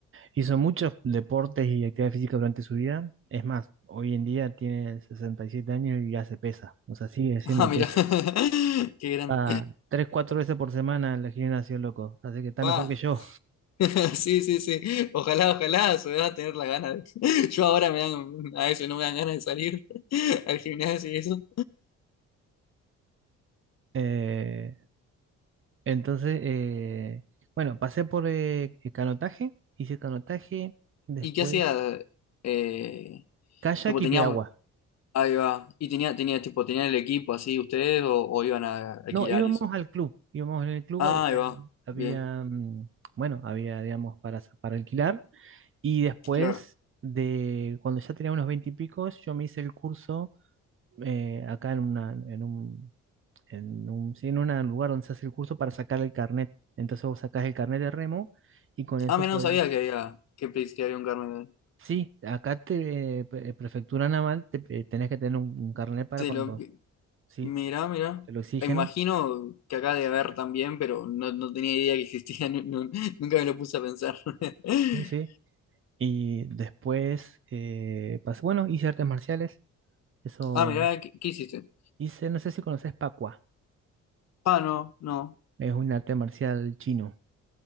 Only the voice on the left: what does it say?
Ah, mira.
<laughs> Qué grande.
Pa.
<laughs> Sí, sí, sí. Ojalá, ojalá se va a su edad tener la gana. de- <laughs> Yo ahora me dan, a veces no me dan ganas de salir <laughs> al gimnasio y eso.
¿Y qué hacía? Eh,
tipo, tenías
Ahí va. ¿Y tenía, tenía tipo, tenían el equipo así ustedes o, o iban a alquilar
y eso?
Ah,
ahí va.
Bien,
claro.
Ah, mira,
no sabía que había, que, plis- que había un carnet.
Te
lo,
mira, mira.
Imagino que acá debe haber también, pero no, no tenía idea que existía, <laughs> nu- nu- nunca me lo puse a pensar. <laughs>
Ah, mira, ¿qué, qué hiciste?
Ah, no, no.